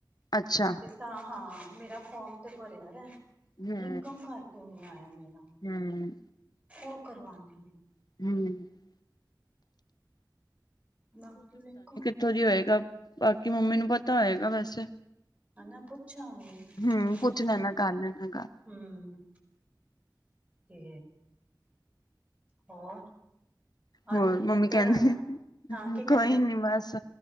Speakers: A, on the left; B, on the right.
A: ਅੱਛਾ
B: ਤੇ ਤਾਂ ਹਾਂ ਮੇਰਾ ਫੋਮ ਤੇ ਭਰਿਆ ਰ
A: ਹੂੰ
B: ਇਨਕਮ ਕਰਕੇ ਮ ਆਇਆ ਮੇਰਾ
A: ਹੂੰ
B: ਉਹ ਕਰਵਾਾਨੀ ਹੈ
A: <unintelligible>
B: ਬਾਕੀ ਵੇਖੋ
A: ਉਥੋਂ ਦੀ ਹੋਏਗਾ ਬਾਕੀ ਮੰਮੀ ਨੂੰ ਪਤਾ ਹੋਏਗਾ ਵੈਸੇ
B: ਹਨਾ ਪੁੱਛਾਂਗੀ
A: ਹਮ
B: ਮੈਂ
A: ਪੁੱਛ
B: ਨਾ
A: ਲੈਣਾ ਕਰ ਲੈਣਾ ਗਲ
B: ਹੂੰ, ਤੇ ਹੋਰ ਆਜਾ
A: ਹੋਰ ਮੰਮੀ
B: ਇੱਧਰ
A: ਕਹਿੰਦੇ
B: ਆਜਾ ਹਾਂ ਕੀ ਕਹਿੰਦੇ
A: ਕੋਈ ਨੀ ਬਸ